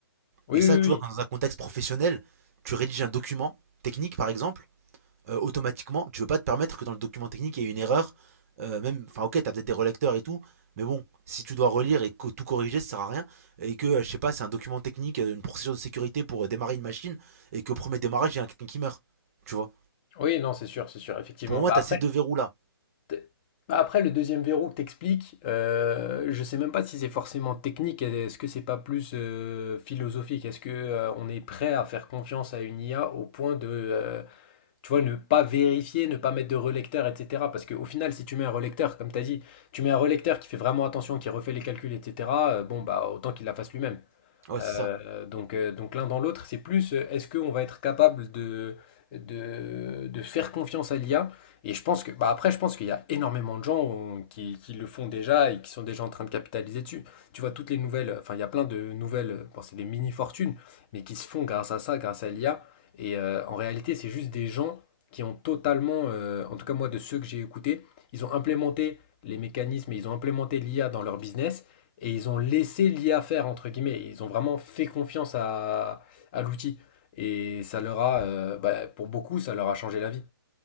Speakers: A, on the left; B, on the right.
A: Oui,
B: Et
A: oui,
B: ça, tu
A: oui.
B: vois, quand dans un contexte professionnel, tu rédiges un document technique, par exemple, euh, automatiquement, tu veux pas te permettre que dans le document technique, il y ait une erreur. euh, même, enfin, ok, t'as peut-être des relecteurs et tout, mais bon, si tu dois relire et co- tout corriger, ça sert à rien. Et que, euh, je sais pas, c'est un document technique, euh, une procédure de sécurité pour euh, démarrer une machine, et qu'au premier démarrage, il y a quelqu'un qui meurt. Tu vois?
A: Oui, non, c'est sûr, c'est sûr, effectivement.
B: Pour moi,
A: Bah
B: t'as
A: après,
B: ces deux verrous-là.
A: t- bah après, le deuxième verrou que t'expliques, euh, je sais même pas si c'est forcément technique. Est-ce que c'est pas plus euh, philosophique? Est-ce que euh, on est prêt à faire confiance à une IA au point de, euh, tu vois, ne pas vérifier, ne pas mettre de relecteur, etc. Parce qu'au final, si tu mets un relecteur, comme t'as dit, tu mets un relecteur qui fait vraiment attention, qui refait les calculs, etc. euh, bon, bah autant qu'il la fasse lui-même.
B: Ouais,
A: Euh,
B: c'est ça.
A: donc, euh, donc l'un dans l'autre, c'est plus euh, est-ce qu'on va être capable de, de, de faire confiance à l'IA? Et je pense que, bah après, je pense qu'il y a énormément de gens on- qui, qui le font déjà et qui sont déjà en train de capitaliser dessus. Tu vois, toutes les nouvelles, euh, enfin, il y a plein de nouvelles, euh, bon, c'est des mini-fortunes, mais qui se font grâce à ça, grâce à l'IA. Et euh, en réalité, c'est juste des gens qui ont totalement, euh, en tout cas moi, de ceux que j'ai écoutés, ils ont implémenté les mécanismes et ils ont implémenté l'IA dans leur business. Et ils ont laissé l'IA faire, entre guillemets. Ils ont vraiment fait confiance à, à l'outil. Et ça leur a, euh, bah, pour beaucoup, ça leur a changé la vie.